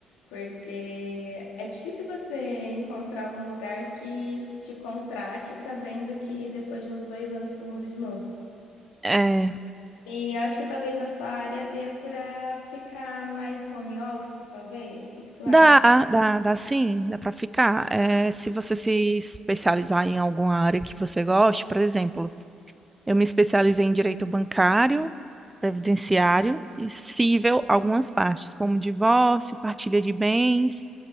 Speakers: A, on the left (about 75°); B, on the right (about 20°).
A: Porque é difícil você encontrar algum lugar que te contrate sabendo que depois de uns dois anos tu muda de novo.
B: É,
A: E acho que talvez na sua área dê para ficar mais home office, talvez. O que que tu acha?
B: dá, dá, dá sim, dá pra ficar. É, se você se especializar em alguma área que você goste, por exemplo, eu me especializei em direito bancário, previdenciário e cível, algumas partes, como divórcio, partilha de bens.